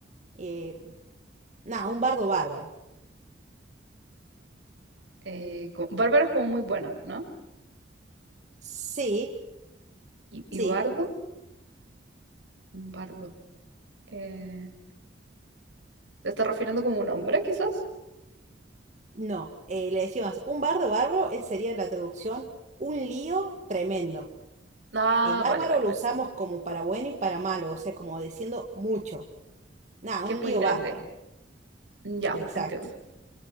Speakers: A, on the right; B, on the right.
A: eh, nada, un bardo bárbaro.
B: Eh, como- Bárbara es como muy bueno, ¿no?
A: Sí,
B: Y, y
A: sí,
B: Bardo, Un Bardo. Eh, ¿te estás refiriendo como un hombre, quizás?
A: no. eh, le decimos, un bardo bárbaro eh, sería la traducción, un lío tremendo.
B: Ah,
A: Eh, bárbaro
B: vale, vale,
A: lo
B: vale.
A: usamos como para bueno y para malo, o sea, como diciendo mucho. Nada, un
B: Que es
A: lío
B: muy grande.
A: bárbaro.
B: Ya,
A: Exacto.
B: entiendo.